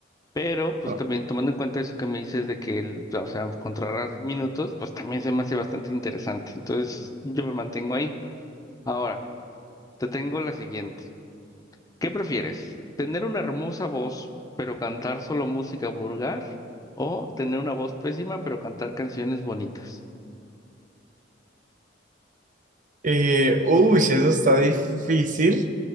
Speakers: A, on the left; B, on the right.
A: Pero, pues
B: Ah.
A: también tomando en cuenta eso que me dices de que, el, o sea, controlar minutos, pues también se me hace bastante interesante. Entonces, yo me mantengo ahí. Ahora, te tengo la siguiente. ¿Qué prefieres? ¿Tener una hermosa voz, pero cantar solo música vulgar? ¿O tener una voz pésima, pero cantar canciones bonitas?
B: Eh, uy, eso está difícil.